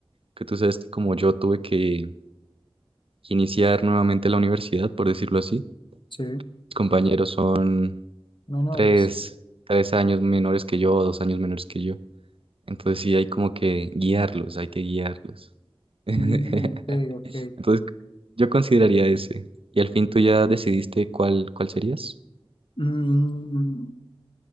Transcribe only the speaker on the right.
que tú sabes que como yo tuve que iniciar nuevamente la universidad, por decirlo así,
mis compañeros son
tres, tres años menores que yo, dos años menores que yo. Entonces sí hay como que guiarlos, hay que guiarlos. <laughs>
Entonces yo consideraría ese. ¿Y al fin tú ya decidiste cuál, cuál serías?